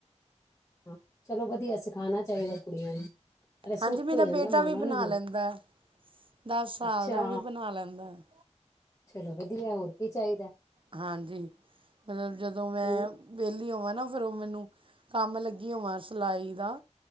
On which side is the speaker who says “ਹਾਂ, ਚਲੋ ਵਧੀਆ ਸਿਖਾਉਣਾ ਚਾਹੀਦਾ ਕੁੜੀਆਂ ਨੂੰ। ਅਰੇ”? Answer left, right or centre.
Left